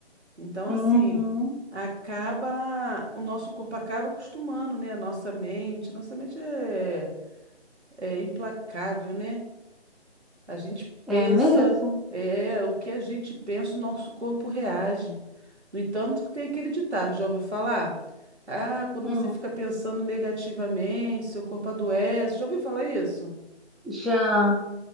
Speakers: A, on the right; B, in the centre.
A: Então, assim,
B: Uhum.
A: acaba, o nosso corpo acaba acostumando, né? A nossa mente, nossa mente é, é implacável, né? A gente pensa,
B: É mesmo.
A: é, o que a gente pensa, o nosso corpo reage. No entanto, que tem aquele ditado, já ouviu falar? Ah, quando
B: Hum.
A: você fica pensando negativamente, seu corpo adoece. Já ouviu falar isso?
B: Já